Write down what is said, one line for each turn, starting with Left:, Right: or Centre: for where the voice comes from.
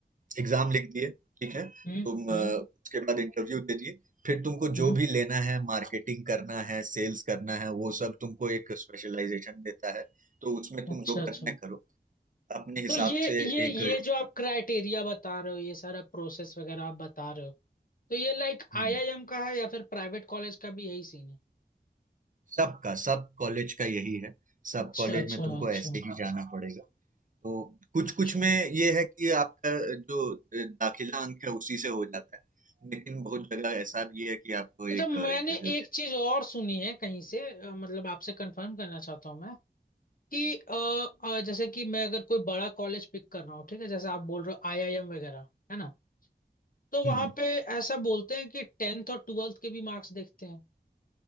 Right: एग्जाम लिख दिए ठीक है
Left: हम्म
Right: तुम
Left: हम्म
Right: अ, उसके बाद इंटरव्यू दे दिए फिर तुमको
Left: हम्म
Right: जो भी लेना है मार्केटिंग करना है सेल्स करना है वो सब तुमको एक स्पेशलाइजेशन देता है तो उसमें तुम
Left: अच्छा
Right: जो
Left: अच्छा
Right: करना है करो अपने
Left: तो
Right: हिसाब
Left: ये
Right: से
Left: ये ये
Right: एक
Left: जो आप क्राइटेरिया बता रहे हो ये सारा प्रोसेस वगैरह आप बता रहे हो तो ये लाइक
Right: हम्म,
Left: आईआईएम का है या फिर प्राइवेट कॉलेज का भी यही सीन है
Right: सबका सब कॉलेज का यही है सब
Left: अच्छा
Right: कॉलेज
Left: अच्छा
Right: में तुमको
Left: अच्छा
Right: ऐसे ही जाना पड़ेगा तो कुछ
Left: अच्छा
Right: कुछ में ये है कि आपका जो अ, दाखिला अंक है उसी से हो जाता है लेकिन बहुत जगह ऐसा भी है कि आपको
Left: अच्छा
Right: एक
Left: मैंने
Right: इंटरव्यू देना
Left: एक चीज और सुनी है कहीं से अ, मतलब आपसे कंफर्म करना चाहता हूँ मैं कि अ, अ, जैसे कि मैं अगर कोई बड़ा कॉलेज पिक कर रहा हूँ ठीक है जैसे आप बोल रहे हो आईआईएम वगैरह है ना तो वहां
Right: हम्म
Left: पे ऐसा बोलते हैं कि टेंथ और ट्वेल्थ के भी मार्क्स देखते हैं